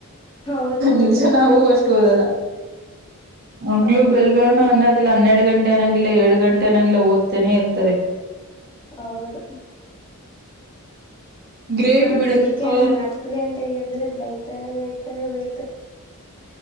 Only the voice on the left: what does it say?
ಹೌದು ಹೌದು
ಹೌದು
ಹೌದು
ಮ್ಯಾಮ್
ಅದಕ್ಕೆ
ನಾನ್ ಹತ್ತು ಗಂಟೆಗೆದ್ರೆ ಬೈತಾರೆ ಬೈ